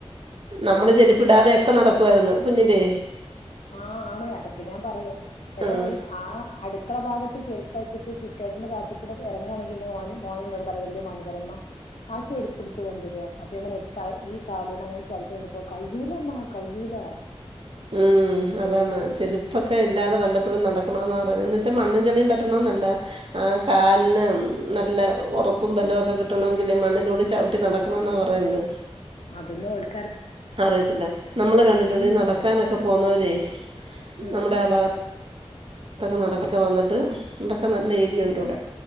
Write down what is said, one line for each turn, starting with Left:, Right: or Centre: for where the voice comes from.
Right: നമ്മള് ചെരുപ്പിടാതൊക്കെ നടക്കുവാരുന്ന് കുഞ്ഞിലെ
Left: ആ ആണ് അതൊക്കെ ഞാൻ പറയും വര്
Right: ഉം
Left: ആ അടുക്കള ഭാഗത്ത് ചെരുപ്പ് വെച്ചിട്ട് സിറ്റൗട്ടിന്റെ ഭാഗത്തുക്കൂടെ എറങ്ങാണെങ്കി എന്റെ മോനും മോളും പറയും വല്ല്യ മോന് പറയും ഉമ്മാ ആ ചെരുപ്പ് എടുത്ത് കൊണ്ട് വരോ അപ്പു അങ്ങനെ എടുത്താൽ ഈ കാല് കൊണ്ടവൻ ചവിട്ട് കണ്ടപ്പോ കയ്യൂല്ലമ്മാ കയ്യൂല്ല
Right: ഉം അതാണ് ചെരുപ്പൊക്കെ ഇല്ലാതെ വല്ലപ്പോഴും നടക്കണമെന്ന് പറയുന്നത് പക്ഷേ മണ്ണും ചെളിയും പറ്റണതും നല്ലതാ ആ കാലിന് നല്ല ഒറപ്പും ബലവുമൊക്കെ കിട്ടണോങ്കിൽ മണ്ണിലൂടെ ചവിട്ടി നടക്കണമെന്നാ പറയുന്നത്
Left: അതൊന്നും ഓര്
Right: അറിയത്തില്ല നമ്മള് കണ്ടിട്ടുണ്ട്
Left: ഉം
Right: നടക്കാനൊക്കെ പോകുന്നോരെ
Left: ഉം
Right: നമ്മുടെ
Left: ഉം
Right: ആ
Left: ഉം
Right: ഭാഗ അത് നടക്കാൻ വന്നിട്ട് ഇവിടൊക്കെ നല്ല ഏരിയുണ്ട് ഇവിടെ